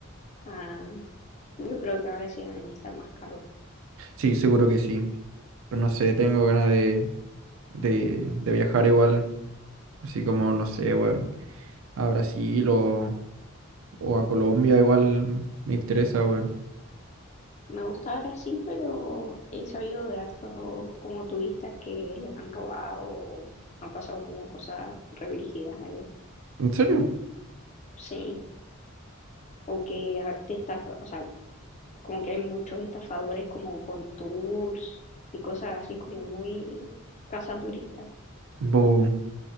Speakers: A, on the left; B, on the right.
A: ah, yo creo que ahora sí deben estar más caros.
B: Sí, seguro que sí. Pero no sé, tengo ganas de, de, de viajar igual, así como, no sé, weón, a Brasil o, o a Colombia, igual me interesa, weón.
A: Me gusta Brasil, pero he sabido de hartos como turistas que les han robado, o han pasado como cosas re brígidas allá.
B: ¿En serio?
A: Sí, o que a- te estafa, o sea, como que hay muchos estafadores como con tours y cosas así como muy casa turista.
B: Bu,